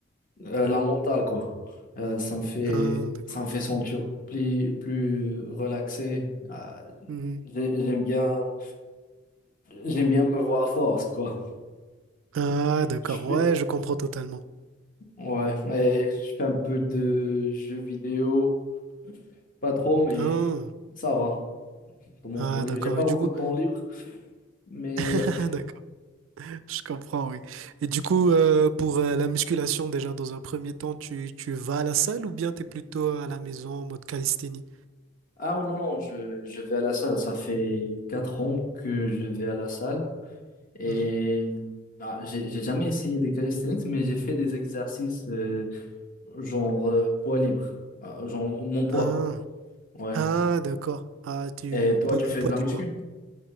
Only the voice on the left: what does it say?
euh, la mentale, quoi. Euh, ça me fait,
ça me fait sentir plus, plus relaxé. Euh,
j'ai- j'aime bien, j'aime bien me voir fort, quoi.
Et
je fais,
ouais, et je fais un peu de jeux vidéo, pas trop, mais
ça va. Dans mon
temps libre,
j'ai pas
beaucoup
de temps libre, mais
ouais.
Ah non, non, je, je vais à la salle. Ça fait 4 ans que je vais à la salle. Et
ah, j'ai j'ai jamais essayé des calisthenics, mais j'ai fait des exercices euh, Genre euh, poids libre. Ah, Genre mon poids.
Ouais.
Et toi,
tu fais
de la
muscu?